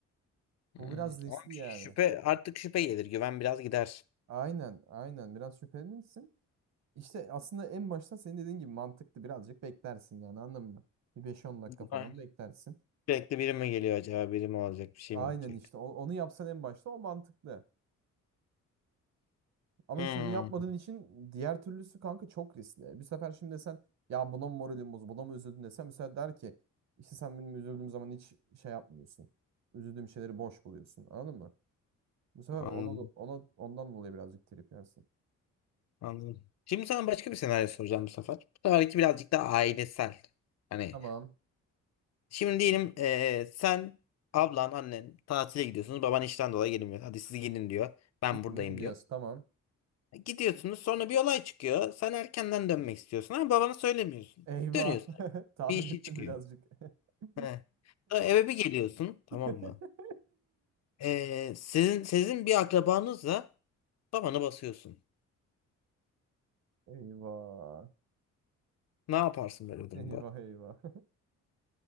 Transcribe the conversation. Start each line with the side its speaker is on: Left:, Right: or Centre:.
Right: Bu
Left: Hmm,
Right: biraz riskli
Left: Ama şüphe
Right: yani.
Left: artık şüphe gelir güven biraz gider.
Right: Aynen aynen biraz şüpheli misin? İşte aslında en başta senin dediğin gibi mantıklı birazcık beklersin yani anladın mı? Bir beş on dakika falan
Left: Ah,
Right: beklersin.
Left: Sürekli biri mi geliyor acaba biri mi olacak bir şey
Right: Aynen
Left: mi olacak?
Right: işte o- onu yapsan en başta o mantıklı. Ama
Left: Hmm,
Right: işte onu yapmadığın için diğer türlüsü kanka çok riskli. Bir sefer şimdi desen ya buna mı moralim bozuldu buna mı üzüldün desem mesela der ki işte sen benim üzüldüğüm zaman hiç şey yapmıyorsun. Üzüldüğüm şeyleri boş buluyorsun anladın mı? Bu sefer
Left: anladım
Right: ona, ona ondan dolayı birazcık trip yersin.
Left: anladım. Şimdi sana başka bir senaryo soracağım bu sefer. Bu seferki birazcık daha ailesel. Hani
Right: Tamam.
Left: Şimdi diyelim eee, sen, ablan, annen tatile gidiyorsunuz. Baban işten dolayı gelmiyor. Hadi siz gidin diyor. Ben
Right: Üçümüz
Left: buradayım
Right: gidiyoruz
Left: diyor.
Right: tamam.
Left: Gidiyorsunuz sonra bir olay çıkıyor. Sen erkenden dönmek istiyorsun ama babana söylemiyorsun.
Right: Eyvah.
Left: Dönüyorsun.
Right: <laughs> Tahmin
Left: Bir işi
Right: ettim
Left: çıkıyor.
Right: birazcık. <laughs>
Left: He. Sonra eve bir geliyorsun tamam
Right: <laughs>
Left: mı? Eee, sizin sizin bir akrabanızla babana basıyorsun.
Right: Eyvah.
Left: Ne yaparsın böyle bir durumda?
Right: Eyvah eyvah. <laughs>